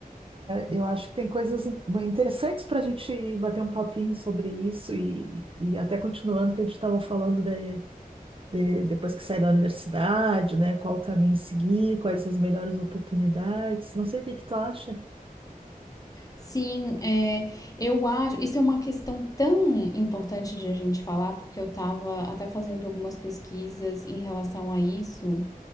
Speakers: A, on the right; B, on the left.
A: Eu acho que tem coisas in- interessantes para a gente bater um papinho sobre isso e, e até continuando que a gente estava falando de, de- depois que sai da universidade, né? Qual o caminho seguir, quais as melhores oportunidades. Não sei o que que tu acha.
B: Sim, é, eu acho. Isso é uma questão tão importante de a gente falar, porque eu tava até fazendo algumas pesquisas em relação a isso,